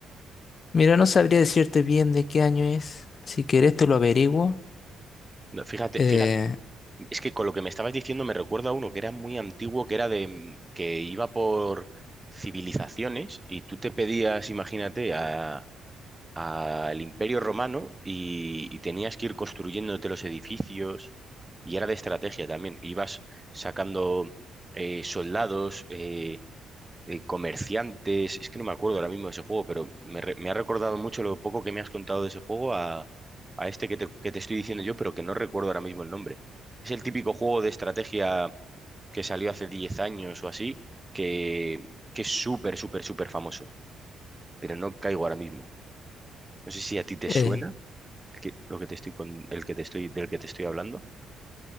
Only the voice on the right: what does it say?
No, Fíjate,
fíjate, es que con lo que me estabas diciendo me recuerda a uno que era muy antiguo, que era de mm, que iba por civilizaciones y tú te pedías, imagínate, a, al Imperio Romano y, y tenías que ir construyéndote los edificios y era de estrategia también. Ibas sacando eh, soldados, eh, eh, comerciantes, es que no me acuerdo ahora mismo de ese juego, pero me, re- me ha recordado mucho lo poco que me has contado de ese juego a, a este que te, que te estoy diciendo yo, pero que no recuerdo ahora mismo el nombre. Es el típico juego de estrategia que salió hace 10 años o así, que, que es súper, súper, súper famoso, pero no caigo ahora mismo. No sé si a ti te
suena el que, lo que te estoy con, el que te estoy, del que te estoy hablando.